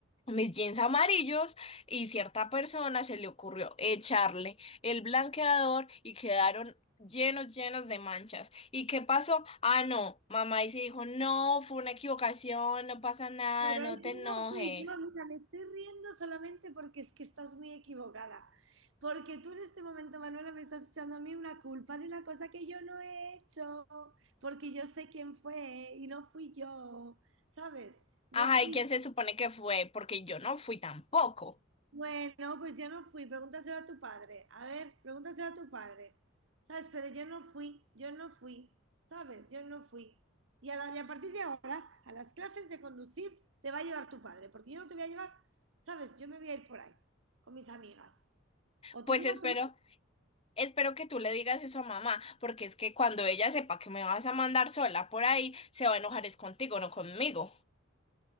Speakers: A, on the left (about 30°); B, on the right (about 75°).
A: mis jeans amarillos y cierta persona se le ocurrió echarle el blanqueador y quedaron llenos, llenos de manchas. ¿Y qué pasó? Ah, no, mamá y se dijo, no, fue una equivocación, no pasa nada,
B: Pero
A: no
B: es
A: te enojes.
B: no fui yo, mira, me estoy riendo solamente porque es que estás muy equivocada. Porque tú en este momento, Manuela, me estás echando a mí una culpa de una cosa que yo no he hecho, porque yo sé quién fue y no fui yo, ¿sabes? No
A: Ajá,
B: fui
A: ¿y quién se supone que fue? Porque yo no fui tampoco.
B: Bueno, pues yo no fui, pregúntaselo a tu padre. A ver, pregúntaselo a tu padre. ¿Sabes? Pero yo no fui, yo no fui, ¿sabes? Yo no fui. Y a, la- y a partir de ahora, a las clases de conducir te va a llevar tu padre, porque yo no te voy a llevar, ¿sabes? Yo me voy a ir por ahí, con mis amigas. O
A: Pues
B: te lleva
A: espero
B: tu
A: Espero que tú le digas eso a mamá, porque es que cuando ella sepa que me vas a mandar sola por ahí, se va a enojar es contigo, no conmigo.